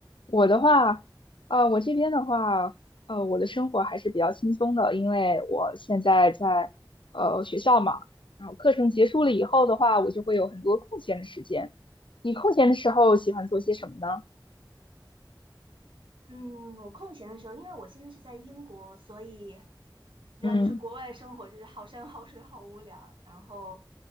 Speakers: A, on the left; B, on the right.
A: 我的话，呃，我这边的话，呃，我的生活还是比较轻松的，因为我现在在呃学校嘛，然后课程结束了以后的话，我就会有很多空闲的时间。你空闲的时候喜欢做些什么呢？
B: 嗯，我空闲的时候，因为我现在是在英国，所以知道就是国外生活就是好山好水好无聊，
A: 嗯
B: 然后，